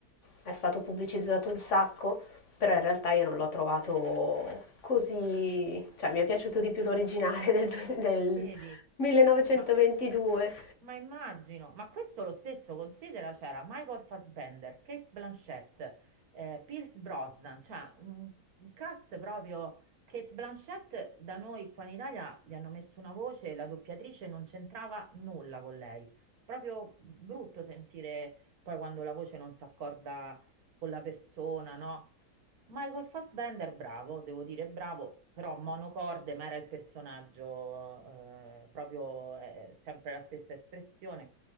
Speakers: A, on the left (about 50°); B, on the right (about 65°).
A: è stato pubblicizzato un sacco, però in realtà io non l'ho trovato così, cioè mi è piaciuto di più l'originale <laughs> del, due- del
B: vedi,
A: 1922
B: ma, ma immagino, ma questo lo stesso considera, c'era Michael Fassbender, Kate Blanchett, eh, Pierce Brosnan, cioè un, un cast proprio... Kate Blanchett da noi qua in Italia gli hanno messo una voce, la doppiatrice non c'entrava nulla con lei. Proprio brutto sentire poi quando la voce non si accorda con la persona, no? Michael Fassbender, bravo, devo dire bravo, però monocorde, ma era il personaggio, eh, proprio eh, sempre la stessa espressione,